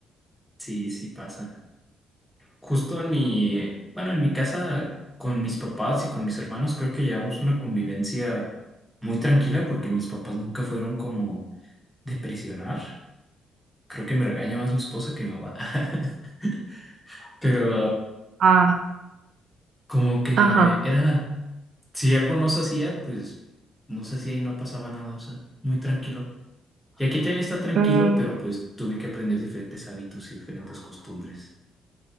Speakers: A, in the centre; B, on the right.
A: Sí, sí pasa. Justo en mi, bueno, en mi casa con mis papás y con mis hermanos creo que llevamos una convivencia muy tranquila porque mis papás nunca fueron como de presionar. Creo que me regaña más mi esposa que mi mamá. <laughs> Pero
B: Ah,
A: como que
B: ajá,
A: era, si algo no se hacía, pues no se hacía y no pasaba nada, o sea, muy tranquilo. Y aquí también está tranquilo,
B: mm,
A: pero pues tuve que aprender diferentes hábitos y diferentes costumbres.